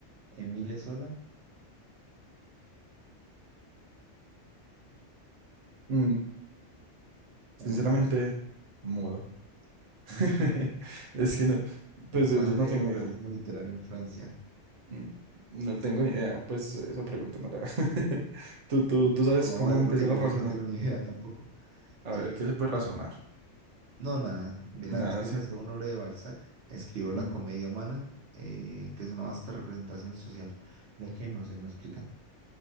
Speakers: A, on the right; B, on the right.
A: Émile Zola.
B: Mm,
A: ¿Cuál?
B: sinceramente, mudo. <laughs>
A: Mm,
B: Es que no, pues
A: El
B: yo,
A: padre
B: yo no tengo
A: del
B: ni
A: realismo
B: idea.
A: literario en Francia.
B: Mm, No tengo ni idea, pues esa pregunta no la... <laughs> Tú, tú, tú sabes
A: Vamos
B: cómo
A: a ver
B: empezar
A: porque yo,
B: a razonar.
A: yo no tengo ni <laughs> idea tampoco. Eh,
B: A ver, ¿qué se puede razonar?
A: no, nada. Mi-
B: Nada,
A: La respuesta
B: ¿cierto?
A: es Honoré de Balzac. Escribió La
B: Ujú.
A: comedia humana, eh, que es una vasta representación social. ¿De qué? No sé, no explica.